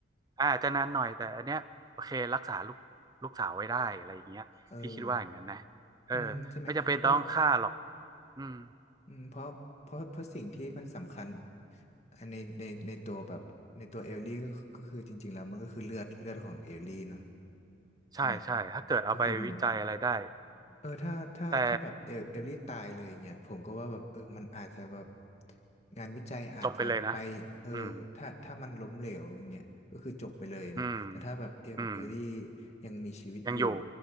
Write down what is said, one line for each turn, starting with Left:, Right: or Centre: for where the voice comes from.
Right: อาอาจจะนานหน่อยแต่อันเนี้ยโอเครักษาลูกลูกสาวไว้ได้อะไรอย่างเงี้ยพี่คิดว่าอย่างนั้นนะ
Left: เออ
Right: เออ
Left: อืมใช่ไหมเพราะ
Right: ไม่จำเป็นต้องฆ่าหรอกอืม
Left: อืมเพราะเพราะเพราะสิ่งที่มันสำคัญอันในในในตัวแบบในตัวเอลลี่ก็ก็คือจริงๆแล้วมันก็คือเลือดเลือดของเอลลี่เนาะ ใช่ไหม
Right: ใช่ใช่ ถ้าเกิดเอาไปวิจัยอะไรได้
Left: ก็คือมันเออถ้าถ้าถ้าแบบเอลเอลลี่ตายเลยเงี้ยผมก็ว่าแบบเออมันอาจจะแบบ
Right: แต่
Left: งานวิจัยอาจจะไปเออถ้าถ้ามันล้มเหลวอย่างเงี้ยก็คือจบไปเลยนะแต่ถ้าแบบเอลเอลลี่
Right: จบไปเลยนะอืมอืมอืม
Left: ยังมีชีวิตอยู่
Right: ยังอยู่